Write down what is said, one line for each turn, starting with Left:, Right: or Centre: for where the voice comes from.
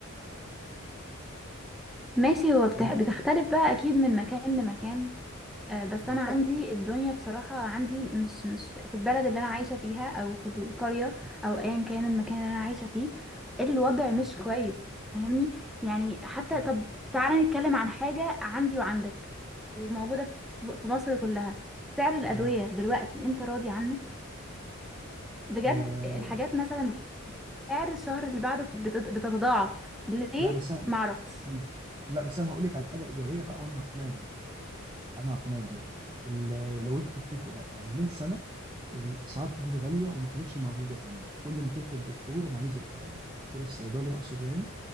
Centre: ماشي هو
Right: بقول
Centre: بتح-
Right: لك
Centre: بتختلف بقى أكيد من مكان لمكان آه، بس
Right: اه
Centre: انا عندي الدنيا بصراحة عندي مش مش في البلد اللي انا عايشة فيها او في القرية
Right: اه
Centre: او ايا كان المكان اللي انا عايشة فيه الوضع مش
Right: ايوه
Centre: كويس فاهمني يعني حتى
Right: مم.
Centre: طب تعالى نتكلم عن حاجة عندي وعندك وموجودة في في مصر كلها سعر الأدوية
Right: ده-
Centre: دلوقتي انت راضي عنه بجد
Right: آه
Centre: الحاجات مثلا سعر الشهر اللي بعده بتت- بتتضاعف ليه
Right: لا بس انا
Centre: معرفش
Right: مم. لا بس انا هقول لك على حاجه ايجابيه بقى وانا هقنعك بيها بقى انا هقنعك بيها ال- لو انت تفتكر بقى يعني من سنه الاسعار كانت غاليه وما كانتش موجوده كمان كل ما تروح للدكتور انا عايز أبقى- دكتور الصيدلي اقصد يعني